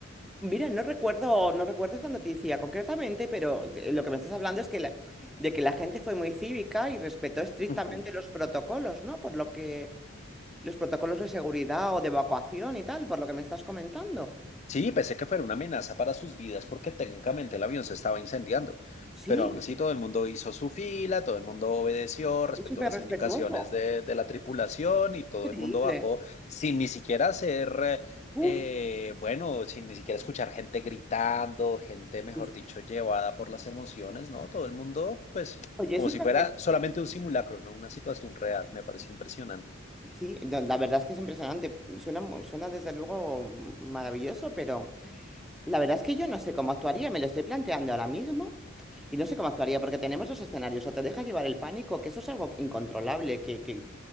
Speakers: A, in the centre; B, on the left.
A: Mira, no recuerdo, no recuerdo esa noticia concretamente, pero de- lo que me estás hablando es que la- de que la gente fue muy cívica y respetó estrictamente
B: Ujú.
A: los protocolos, ¿no? Por lo que los protocolos de seguridad o de evacuación y tal, por lo que me estás comentando.
B: Sí, pensé que fuera una amenaza para sus vidas porque técnicamente el avión se estaba incendiando,
A: Sí,
B: pero aún así todo el mundo hizo su fila, todo el mundo obedeció, respetó
A: es súper
B: las
A: respetuoso.
B: indicaciones de, de la tripulación y todo
A: Increíble.
B: el mundo bajó sin ni siquiera hacer,
A: Uf,
B: eh, bueno, sin ni siquiera escuchar gente gritando, gente, mejor
A: pues,
B: dicho, llevada por las emociones, ¿no? Todo el mundo, pues,
A: oye,
B: como
A: situación.
B: si fuera solamente un simulacro, no una situación real, me pareció impresionante.
A: Sí, no, la verdad es que es impresionante. Suena, mu- suena desde luego mm, maravilloso, pero La verdad es que yo no sé cómo actuaría, me lo estoy planteando ahora mismo y no sé cómo actuaría porque tenemos dos escenarios, o te deja llevar el pánico, que eso es algo incontrolable, que, que